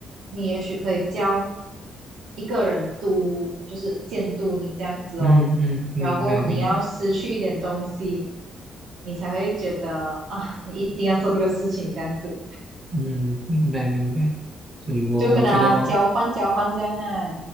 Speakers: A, on the right; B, on the right.
A: 你也许可以教一个人督，就是监督你这样子哦。
B: 嗯嗯，明白明白，
A: 然后过后肯定要失去一点东西，你才会觉得啊，你一定要做这个事情这样子，
B: 嗯明白明白，所以我我觉得我
A: 就跟他交换交换这样啊，